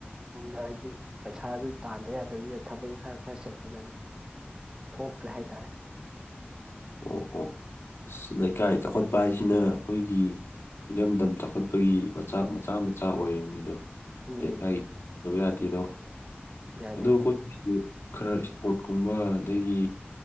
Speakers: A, on the right (about 20°); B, on the left (about 90°).
A: ꯁꯣꯝꯗ ꯍꯥꯏꯗꯤ ꯄꯩꯁꯥ ꯑꯗꯨ ꯇꯥꯟꯗ ꯌꯥꯗꯕꯅꯤꯅ ꯊꯕꯛ ꯏꯪꯈꯥꯡ ꯈꯔ ꯆꯠꯄꯗ ꯑꯗꯨꯝ ꯊꯣꯛꯇ꯭ꯔꯦ ꯍꯥꯏꯇꯥꯔꯦ <unintelligible>
B: ꯑꯣ ꯑꯣ ꯂꯩꯀꯥꯏ ꯆꯥꯎꯈꯠꯄ ꯍꯥꯏꯁꯤꯅ ꯑꯩꯈꯣꯏꯒꯤ ꯏꯔꯝꯗꯝ ꯆꯥꯎꯈꯠꯄꯒꯤ ꯃꯆꯥꯛ ꯃꯆꯥ ꯃꯆꯥ ꯑꯣꯏꯔꯤꯕꯅꯤꯗꯣ
A: ꯎꯝ
B: ꯑꯦ ꯀꯗꯕ ꯌꯥꯗꯦꯗꯣ
A: ꯌꯥꯗꯦ
B: ꯑꯗꯨ ꯑꯩꯈꯣꯏ ꯑꯗꯨ ꯈꯔ ꯏꯁꯄꯣꯔꯠ ꯀꯨꯝꯕ ꯑꯗꯒꯤ